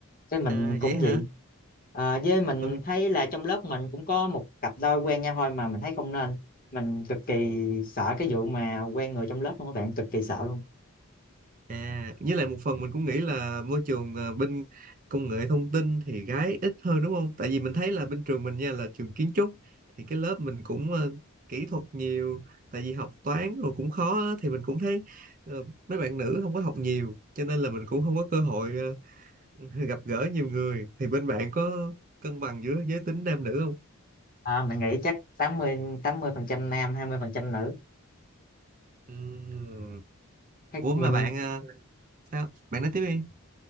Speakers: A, on the left; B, on the right.
A: thế mình
B: à
A: cũng
B: vậy hả
A: vậy à, với mình
B: Ừ,
A: thấy là trong lớp mình cũng có một cặp đôi quen nhau thôi mà mình thấy không nên mình cực kỳ sợ cái vụ mà quen người trong lớp luôn các bạn cực kỳ sợ luôn
B: À, với lại một phần mình cũng nghĩ là môi trường à, bên công nghệ thông tin thì gái ít hơn đúng không? Tại vì mình thấy là bên trường mình nha là trường kiến trúc thì cái lớp mình cũng ờ, kỹ thuật nhiều tại vì học toán rồi cũng khó á, thì mình cũng thấy ờ, mấy bạn nữ không có học nhiều cho nên là mình cũng không có cơ hội ờ, <laughs> gặp gỡ nhiều người thì bên bạn có cân bằng giữa giới tính nam nữ không?
A: à, mình nghĩ chắc tám mươi tám mươi phần trăm nam 20 phần trăm nữ
B: Ừm.
A: hay
B: Ủa
A: mình
B: mà bạn ờ, sao? Bạn nói tiếp đi.